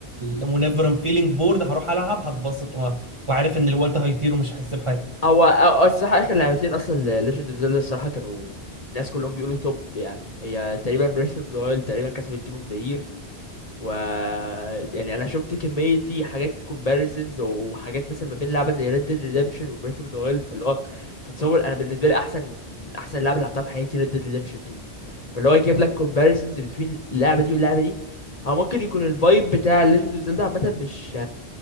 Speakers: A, on the right (about 30°); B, on the left (about 35°).
A: ونيفر ام فيلينج بورد هروح العب هتبسط وع- وعارف ان الوقت هيطير ومش هحس بحاجه
B: هو أو- أو الصراحة آخر لعبتين أصلا ل Legend of Zelda الصراحة كانوا الناس كلهم بيقولوا توب يعني هي تقريبا Breath of the Wild تقريبا كسبت Game of the Year و يعني أنا شفت كمية في حاجات comparisons وحاجات مثلا ما بين لعبة زي Red Dead Redemption و Breath of the Wild فاللي هو تتصور أنا بالنسبة لي أحسن من أحسن لعبة لعبتها في حياتي Red Dead Redemption 2 فاللي هو يجيب لك comparisons between اللعبة دي واللعبة دي هو ممكن يكون الفايب بتاع Legend of Zelda عامة مش